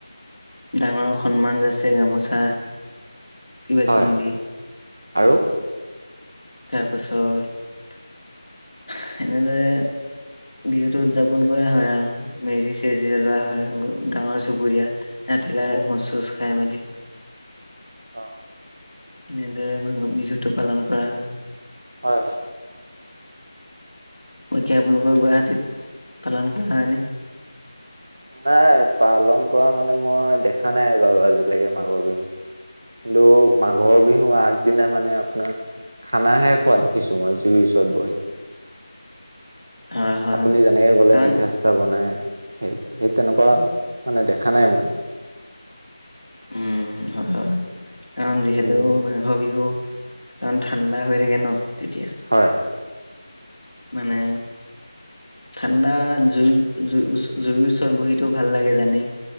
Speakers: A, on the left; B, on the right.
A: ডাঙৰক সন্মান যাছে, গামোচা কিবা
B: হয়,
A: কিনি দি
B: আৰু
A: তাৰপাছত এনেদৰে বিহুতো উদযাপন কৰা হয় আৰু, মেজি চেজি জ্বলোৱা হয়, গাৱৰ চুবুৰীয়া তিলাই ভোজ চোজ খাই মেলি
B: অ'।
A: এনেদৰে মাঘৰ বিহুতটো পালন কৰা হয়।
B: হয়, হয়।
A: বাকী আপোনালোকৰ গুৱাহাটীত পালন কৰা হয়নে?
B: নাই, পালন কৰা মানে মই দেখা নাই বাৰু আজিলৈকে মাঘৰ বিহু। কিন্তু মাঘৰ বিহুৰ আগদিনা মানে আপোনাৰ খানাহে খোৱা দেখিছো মই জুইৰ ওচৰত বহি।
A: হয় হয়
B: আপুনি যেনেকে ক'লে,
A: কাৰণ
B: পিঠা চিঠা বনাই সেই সেই তেনেকুৱা মানে দেখা নাই মই।
A: উম হয় হয় কাৰণ যিহেতু
B: উম,
A: মাঘৰ বিহু কাৰণ ঠাণ্ডা হৈ থাকে ন তেতিয়া।
B: হয়,
A: মানে ঠাণ্ডাত জুই জুই জুইৰ ওচৰত বহিতো ভাল লাগে জানেই।